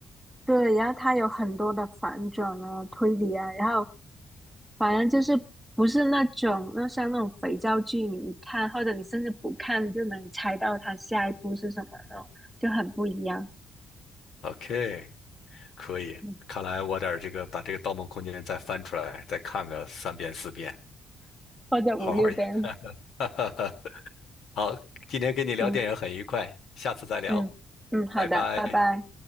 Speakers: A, in the centre; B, on the left.
A: 对，然后它有很多的反转啊、推理啊，然后反正就是不是那种，那像那种肥皂剧，你一看或者你甚至不看，你就能猜到它下一步是什么那种，就很不一样。
B: OK，可以，
A: 嗯
B: 看来我得这个把这个《盗梦空间》再翻出来，再看个三遍四遍，
A: 或者五六遍，
B: 好好演。<laughs> 好，今天跟你聊电影很愉快，
A: 嗯
B: 下次再聊，
A: 嗯嗯，好的，
B: 拜拜。
A: 拜拜。